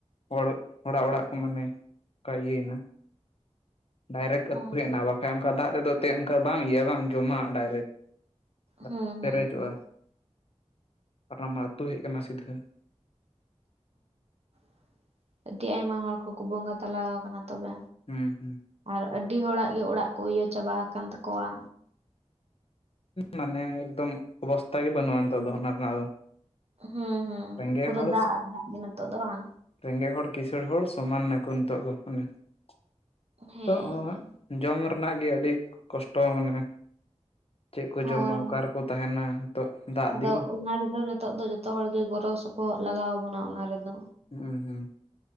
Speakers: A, on the left; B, on the right.
A: ᱦᱚᱲ ᱦᱚᱲᱟᱜ ᱚᱲᱟᱜ ᱠᱚ ᱢᱟᱱᱮ ᱠᱟ ᱤᱭᱟᱹᱭᱱᱟ ᱾ ᱰᱟᱭᱨᱮᱠᱴ
B: ᱚ
A: ᱟᱹᱛᱩ ᱦᱮᱡ ᱱᱟ ᱵᱟᱠᱷᱟᱡ ᱚᱱᱠᱟ ᱫᱟᱜ ᱨᱮᱫᱚ ᱛᱮ ᱚᱝᱠᱟ ᱵᱟᱝ ᱤᱭᱟᱹ ᱵᱟᱝ ᱡᱚᱢᱟᱜᱼᱟ ᱰᱟᱭᱨᱮᱠ᱾ ᱫᱟᱜ
B: ᱦᱩᱸ
A: ᱯᱮᱨᱮᱡᱚᱜᱼᱟ
B: ᱦᱩᱸ ᱦᱩᱸ
A: <inaudible> ᱟᱨ ᱢᱟ ᱟᱹᱛᱩ ᱦᱮᱡ ᱠᱟᱱᱟ ᱥᱤᱫᱷᱟᱹ᱾
B: <inaudible> ᱟᱹᱰᱤ ᱟᱭᱢᱟ ᱦᱚᱲ ᱠᱚᱠᱚ ᱵᱚᱸᱜᱟ ᱛᱟᱞᱟᱣ ᱠᱟᱱᱟ ᱛᱚᱵᱮ᱾
A: ᱦᱩᱸ ᱦᱩᱸ᱾
B: ᱟᱨ ᱟᱹᱰᱤ ᱦᱚᱲᱟᱜ ᱜᱮ ᱚᱲᱟᱜ ᱠᱚ ᱤᱭᱟᱹ ᱪᱟᱵᱟ ᱟᱠᱟᱱ ᱛᱟᱠᱚᱣᱟ᱾
A: ᱢᱟᱱᱮ ᱮᱠᱫᱚᱢ ᱚᱵᱚᱥᱛᱟ ᱜᱮ ᱵᱟᱹᱱᱩᱜᱼᱟ <unintelligible> ᱫᱚ ᱚᱱᱟ ᱨᱮᱱᱟᱜ ᱫᱚ᱾
B: ᱦᱩᱸ ᱦᱩᱸ
A: ᱨᱮᱸᱜᱮᱡ
B: ᱯᱩᱨᱟᱹ
A: ᱦᱚᱲ
B: ᱫᱟᱜ ᱟᱨ ᱫᱟᱜ ᱜᱮ ᱱᱤᱛᱚᱜ ᱫᱚ ᱵᱟᱝ᱾
A: ᱨᱮᱸᱜᱮᱡ ᱦᱚᱲ ᱠᱤᱸᱥᱟᱹᱲ ᱦᱚᱲ ᱥᱚᱢᱟᱱ ᱱᱟᱠᱚ ᱱᱤᱛᱚᱜ ᱫᱚ ᱢᱟᱱᱮ <inaudible>
B: ᱦᱮᱸ
A: ᱛᱚᱜ ᱦᱚᱸ᱾
B: ᱦᱮᱸ
A: ᱡᱚᱢ ᱨᱮᱱᱟᱜ ᱜᱮ ᱟᱹᱰᱤ ᱠᱚᱥᱴᱚ ᱢᱟᱱᱮ ᱪᱮᱜ ᱠᱚ
B: ᱦᱳᱭ
A: ᱡᱚᱢᱟ ᱚᱠᱟ ᱨᱮᱠᱚ ᱛᱟᱦᱮᱱᱟ? ᱱᱤᱛᱚᱜ ᱫᱟᱜ
B: ᱟᱫᱚ
A: ᱫᱤᱱ
B: ᱚᱱᱟ ᱨᱮᱫᱚ ᱱᱤᱛᱚᱜ ᱫᱚ ᱡᱚᱛᱚ ᱦᱚᱲᱜᱮ ᱜᱚᱲᱚ ᱥᱚᱯᱚᱦᱚᱫ ᱞᱟᱜᱟᱣ ᱟᱵᱚᱱᱟ ᱚᱱᱟ ᱨᱮᱫᱚ᱾
A: ᱦᱩᱸ ᱦᱩᱸ᱾